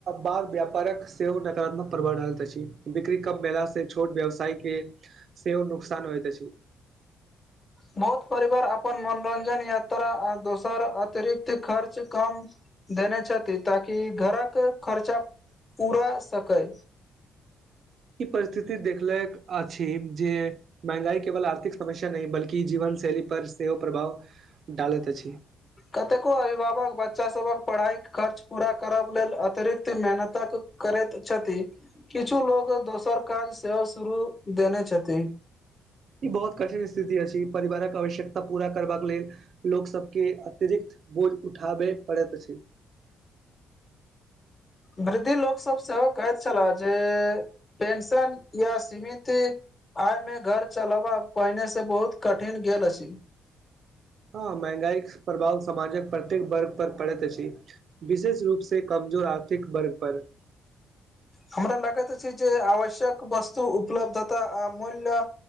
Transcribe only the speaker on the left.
बहुत परिवार अपन मनोरंजन यात्रा आ दोसर अतिरिक्त खर्च कम देने छथि ताकि घरके खर्चा पूरा सकै
कतेको अभिभावक बच्चाभक पढ़ाइ खर्च पूरा करब लेल अतिरिक्त मेहनतक करैत छथि किछु लोग दोसर काज सेहो शुरू देने छथि
वृद्धि लोकसभ सेहो कहैत छलाह जे पेंशन या सीमिति आय मे घर चलबा पहिने से बहुत कठिन गेल अछि
हमरा लागैत छै जे आवश्यक वस्तु उपलब्धता अमूल्य